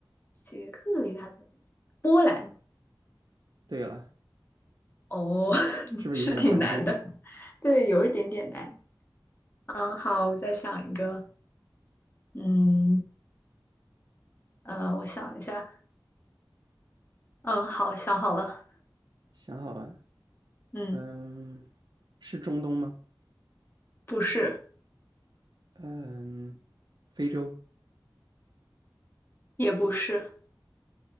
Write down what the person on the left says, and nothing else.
捷克离它特别近。波兰，
哦，<laughs>
是挺难的，对，有一点点难。嗯，好，我再想一个。嗯，呃，我想一下。嗯，好，想好了。
嗯，
不是，
也不是，